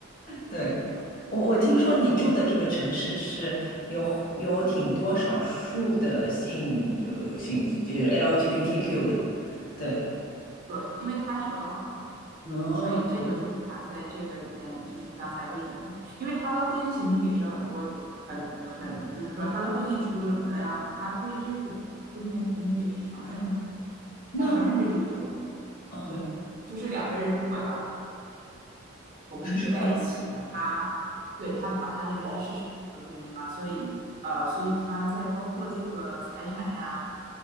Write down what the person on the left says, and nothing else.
对，我我听说你住的这个城市是有有挺多少数的性呃性就是 LGBTQ 的，对，
哦，
那
嗯
是什么？